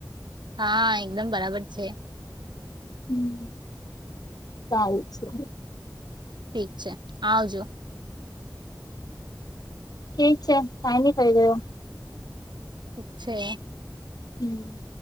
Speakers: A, on the right; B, on the left.
A: હા, એકદમ બરાબર છે.
B: હમ્મ, સારી છે.
A: ઠીક છે આવજો.
B: ઠીક છે કાઈ ની થય ગયું.
A: ઠીક છે.
B: હમ્મ.